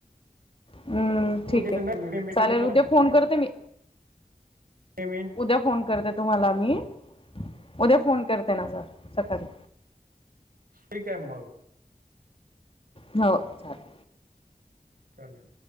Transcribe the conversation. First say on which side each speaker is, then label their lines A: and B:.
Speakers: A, on the left (about 35°); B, on the right (about 75°).
A: हम्म ठीक
B: उद्याचं
A: आहे
B: नाही पेमेंटचं
A: चालेल
B: कसं करायचं
A: उद्या फोन
B: आपण?
A: करते मी
B: पेमेंट
A: उद्या फोन करते तुम्हाला मी, उद्या फोन करते ना सर सकाळी.
B: ठीक आहे मग.
A: हो चालेल.
B: चालेल.